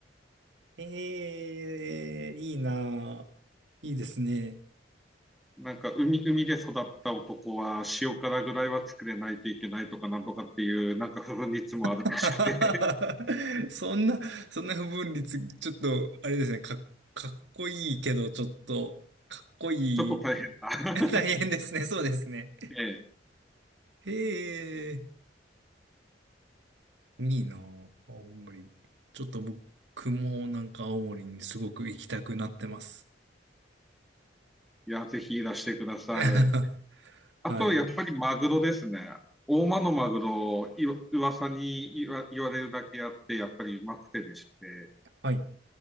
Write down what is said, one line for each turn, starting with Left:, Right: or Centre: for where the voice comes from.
Right: ええいいなあいいですね。
Centre: なんか海、海で育った男は塩辛ぐらいは作れないといけないとかなんとかっていう、なんか不分率もあるらしく、
Right: <laughs> そんな、そんな不分率、ちょっと、あれですね、か、かっこいいけど、ちょっと、かっこいい。
Centre: <laughs> ちょっと大変だ。
Right: <laughs>
Centre: <laughs>
Right: 大変ですね、そうですね。
Centre: ええ
Right: へえ。いいなぁ、青森。ちょっと僕もなんか青森にすごく行きたくなってます。
Centre: いや、ぜひいらしてください。
Right: <laughs>
Centre: あと、
Right: はい。
Centre: やっぱりマグロですね。大間のマグロ、いわ噂に言わ言われるだけあって、やっぱりうまくてでして、
Right: はい。